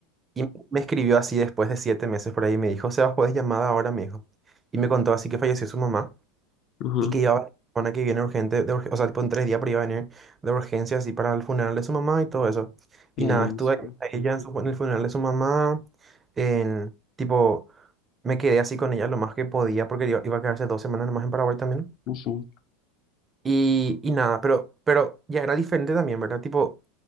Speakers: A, on the right; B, on the left.
A: Y me escribió así después de siete meses por ahí, me dijo, Sebas, puedes llamada ahora? Me dijo. Y me contó así que falleció su mamá
B: <gasps> ajá.
A: y que iba a venir la semana que viene urgente, de urge- o sea, tipo en tres días, pero iba a venir de urgencia así para el funeral de su mamá y todo eso.
B: Bien,
A: Y nada, estuve
B: sí.
A: ahí a ella en, su fu- en el funeral de su mamá, en, tipo, me quedé así con ella lo más que podía porque iba, iba a quedarse dos semanas nomás en Paraguay también.
B: Ujú,
A: Y, y nada, pero, pero ya era diferente también, ¿verdad? Tipo,